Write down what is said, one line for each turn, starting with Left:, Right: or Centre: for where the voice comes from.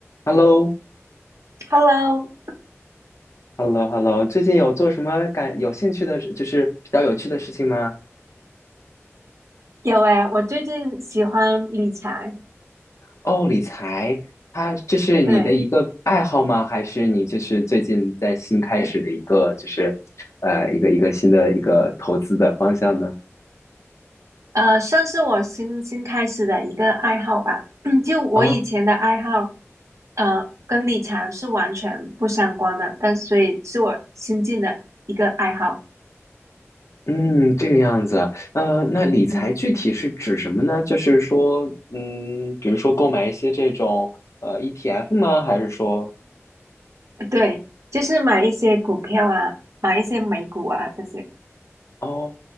Left: h e l l o
Right: Hello，
Left: h e l l o h e l l o 最近有做什么感有兴趣的事，就是比较有趣的事情吗？
Right: 有诶，我最近喜欢理财，
Left: 哦，理财，它这是你的一个爱好吗？
Right: 对，
Left: 还是你就是最近在新开始的一个，就是呃，一个一个新的一个投资的方向呢？
Right: 呃，算是我新新开始的一个爱好吧。<clears throat> 就我以前的爱好，
Left: 啊，
Right: 呃，跟理财是完全不相关的，但所以是我新进的一个爱好。
Left: 嗯，这个样子。呃，那理财具体是指什么呢？
Right: 嗯，
Left: 就是说，嗯，比如说购买一些这种呃 ETF 吗？还是说？
Right: 对，就是买一些股票啊，买一些美股啊这些。
Left: 哦，